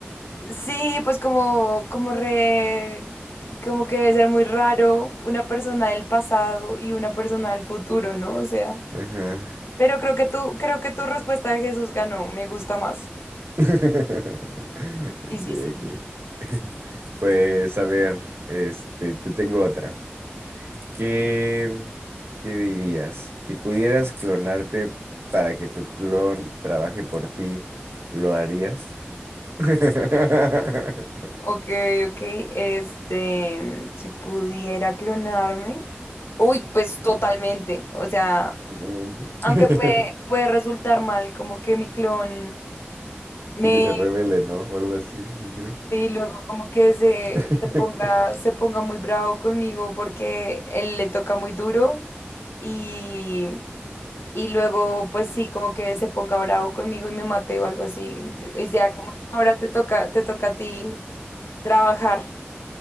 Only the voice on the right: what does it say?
Ajá.
<laughs> Ok,
ok. <laughs> Pues a ver, este, te tengo otra. ¿Qué, qué dirías? Si pudieras clonarte para que tu clon trabaje por ti, ¿lo harías? <laughs>
Ajá,
Totalmente. <laughs>
Sí
que se revele, ¿no? O algo así, yo creo.
<laughs>